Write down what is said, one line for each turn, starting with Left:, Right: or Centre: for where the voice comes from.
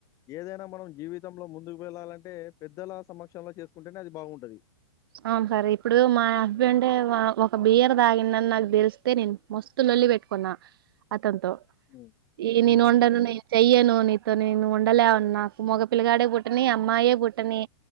Left: ఏదైనా మనం జీవితంలో ముందు వెళ్ళాలంటే పెద్దల సమక్షంలో చేసుకుంటేనే అది బాగుంటది.
Right: అవును సర్ ఇప్పుడు మా హస్బెండ్ ఒక బియర్ తాగిండని నాకు తెలిస్తే నేను మస్తు లొల్లిపెట్టుకున్న అతనితో
Left: హ్మ్.
Right: ఇ
Left: హ్మ్.
Right: నేనొండను నేనుచెయ్యను నీతో నేను ఉండలేను నాకు మగ పిల్లగాడే పుట్టని, అమ్మాయే పుట్టని